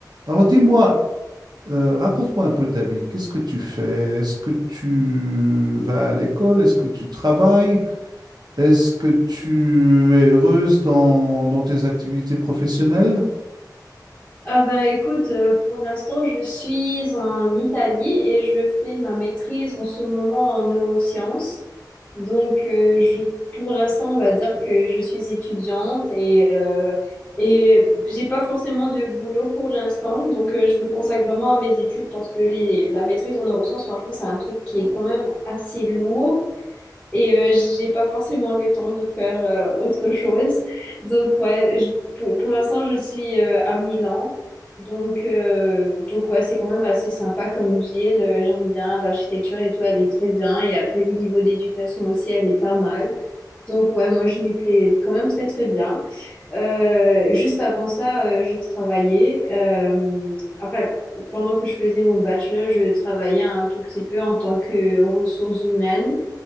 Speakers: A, on the right; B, on the left.
A: Alors dis-moi, euh, raconte-moi un peu ta vie. Qu'est-ce que tu fais? Est-ce que tu vas à l'école? Est-ce que tu travailles? Est-ce que tu es heureuse dans, dans tes activités professionnelles?
B: Ah bah écoute, euh, pour l'instant, je suis en Italie et je fais ma maîtrise en ce moment en neurosciences. Donc, euh, je, pour l'instant, on va dire que je suis étudiante et, euh, et j'ai pas forcément de boulot pour l'instant. Donc, euh, je me consacre vraiment à mes études parce que les, la maîtrise en neurosciences, franchement, c'est un truc qui est quand même assez lourd et euh, j'ai pas forcément le temps de faire euh, autre chose. Donc ouais, je- pour, pour l'instant je suis euh, à Milan. Donc, euh, donc ouais, c'est quand même assez sympa comme ville. Euh, J'aime bien l'architecture et tout, elle est très bien. Et après, le niveau d'éducation aussi, elle est pas mal. Donc ouais, moi, je m'y plais quand même très très bien. Euh, juste avant ça, euh, je travaillais. euh, enfin, pendant que je faisais mon bachelor, je travaillais un tout petit peu en tant que ressources humaines.